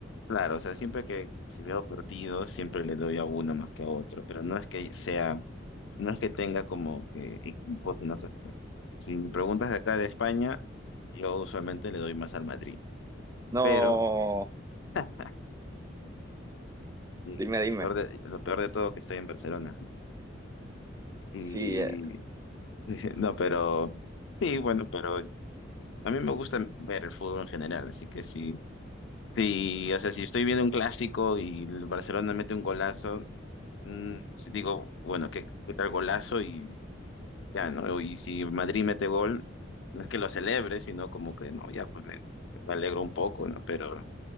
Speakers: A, on the left; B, on the right.
A: claro, o sea, siempre que si veo partidos, siempre le doy a uno más que a otro, pero no es que sea, no es que tenga como que equipos en otros. ¿no? Si me preguntas de acá de España, yo usualmente le doy más al Madrid,
B: No.
A: pero... <laughs> Y-
B: Dime,
A: y Lo
B: dime.
A: peor de, lo peor de todo que estoy en Barcelona. Y
B: Sí, eh,
A: <laughs> no, pero sí, bueno, pero a mí me gusta ver el fútbol en general, así que sí, sí, o sea, si estoy viendo un clásico y el Barcelona mete un golazo, mm, sí digo, bueno, ¿qué, qué tal golazo? Y ya, ¿no? Y si Madrid mete gol, no es que lo celebre, sino como que no, ya pues me, me alegro un poco, ¿no? Pero